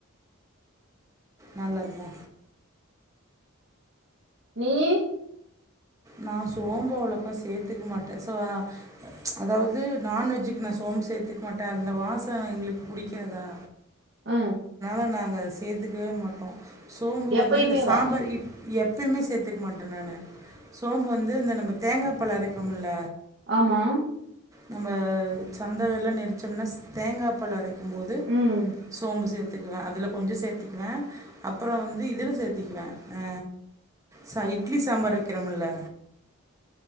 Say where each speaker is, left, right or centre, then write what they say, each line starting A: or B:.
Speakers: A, on the right (about 15°); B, on the right (about 55°).
A: நல்லதுதா
B: நீயி
A: நா சோம்பு அவ்ளோக்கா சேத்துக்க மாட்டே சோ ஆ அதாவது நான்வெஜ்க்கு நா சோம்பு சேத்துக்க மாட்டே அந்த வாசோ எங்களுக்கு புடிக்காதா
B: ஆ
A: ஆ நாங்க அத சேத்துக்கவே மாட்டோ சோம்பு
B: எப்பயுமேவா
A: வந்து இந்த சாம்பார் இட் எப்பயுமே சேத்துக்க மாட்டே நானு சோம்பு வந்து இந்த நம்ப தேங்கா பால் அரைப்போம்முல
B: ஆமா
A: நம்ம சந்த வெல்லா நெரிச்சோம்னா தேங்கா பால் அரைக் கும்போது போது
B: ம்
A: சோம்பு சேத் சேத்துக்குவ அதல கொஞ்ஜோ சேத்துக்குவே அப்றோ வந்து இதில சேத்துக்குவே ஆ ச இட்லி சாம்பார் வெக் வெக்கிரோம்ல